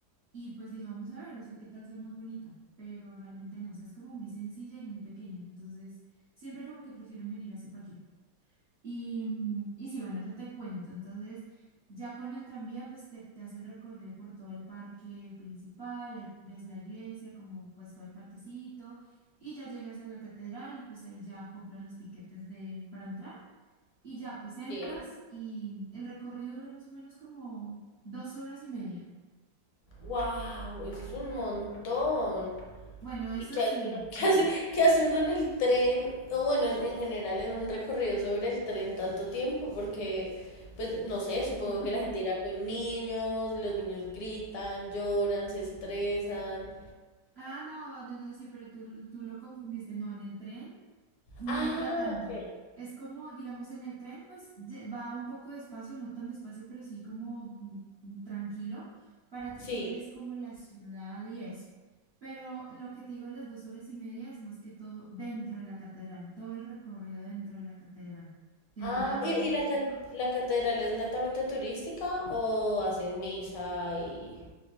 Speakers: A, on the right (about 50°); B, on the left (about 70°).
A: y pues dije, vamos a ver, o sea, qué tal sea más bonita, pero realmente no, o sea, es como muy sencilla y muy pequeña, entonces siempre como que prefieren venir a Zipaquirá. Y, mm, y sí, bueno, eso te cuento. Entonces, ya con el tranvía, pues te, te hace el recorrido por todo el parque principal, ahí ves la iglesia, como pues todo el parquecito, y ya llegas a la catedral y pues ahí ya compras los tiquetes de, para entrar y ya pues entras
B: sí.
A: y el recorrido dura más o menos como dos horas y media.
B: ¡Wow! Eso es un montón.
A: Bueno, eso
B: ¿Y qué
A: sí.
B: hace uno? ¿Qué hace, qué hace uno en el tren? O bueno, en, en general en un recorrido sobre el tren tanto tiempo, porque, pues, no sé, supongo
A: <laughs>
B: que la gente irá con niños, los niños gritan, lloran, se estresan.
A: Ah, no, no, no, sí, pero tú, tú lo confundiste. No, en el tren No
B: Ah,
A: dura tanto.
B: ok.
A: Es como, digamos, en el tren, pues lle- va un poco despacio, no tan despacio, pero sí como mm, mm, tranquilo, para que
B: Sí.
A: tú mires como la ciudad y eso. Pero lo que te digo de las dos horas y media es más que todo dentro de la catedral, todo el recorrido dentro de la catedral, que
B: Ah,
A: dura,
B: ¿y, y la, ca-
A: ajá,
B: la catedral es netamente turística o hacen misa y...